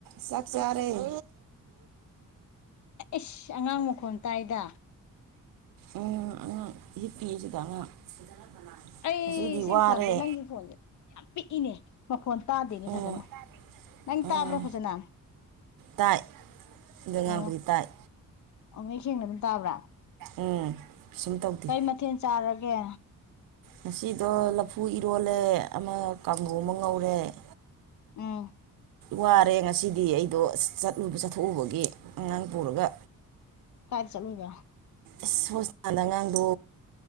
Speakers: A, on the right (about 75°); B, on the left (about 60°).
A: ꯆꯥꯛ ꯆꯥꯔꯦ <inaudible>
B: ꯑꯏꯁ ꯑꯉꯥꯡ ꯃꯈꯣꯟ ꯇꯥꯏꯗ
A: ꯎꯝ ꯑꯉꯥꯡ ꯍꯤꯄꯤꯌꯦ ꯁꯤꯗ ꯑꯉꯥꯡ <inaudible>
B: ꯑꯩ
A: ꯉꯁꯤꯗꯤ
B: ꯁꯤ
A: ꯋꯥꯔꯦ
B: ꯐꯣꯟꯁꯦ ꯅꯪꯒꯤ ꯈꯣꯟꯁꯦ ꯌꯥꯝ ꯄꯤꯛꯏꯅꯦ ꯃꯈꯣꯟ ꯇꯥꯗꯦꯅꯤ
A: ꯎꯝ
B: ꯐꯖꯅ ꯅꯪ
A: ꯎꯝ
B: ꯇꯥꯕ꯭ꯔꯣ ꯐꯖꯅ
A: ꯇꯥꯏ ꯑꯗ ꯉꯥꯡꯕꯗꯤ
B: ꯎꯝ
A: ꯇꯥꯏ
B: ꯑꯣ ꯃꯌꯦꯛ ꯁꯦꯡꯅ ꯑꯗꯨꯝ ꯇꯥꯕ꯭ꯔꯥ
A: ꯎꯝ ꯀꯩꯁꯨꯝ ꯇꯧꯗꯦ
B: ꯀꯩ ꯃꯊꯦꯜ ꯆꯥꯔꯒꯦ
A: ꯉꯁꯤꯗꯣ ꯂꯐꯨ ꯏꯔꯣꯜꯂꯦ ꯑꯃ ꯀꯥꯡꯒꯧ ꯑꯃ ꯉꯧꯔꯦ <inaudible>
B: ꯑ
A: ꯋꯥꯔꯦ ꯉꯁꯤꯗꯤ ꯑꯩꯗꯣ ꯆꯠꯂꯨꯕ ꯆꯠꯊꯣꯛꯎꯕꯒꯤ ꯑꯉꯥꯡ ꯄꯨꯔꯒ
B: ꯀꯥꯏꯗ ꯆꯠꯂꯨꯏꯕ
A: ꯏꯁ ꯍꯣꯁꯄꯤꯇꯥꯥꯟꯗ ꯑꯉꯥꯡꯗꯣ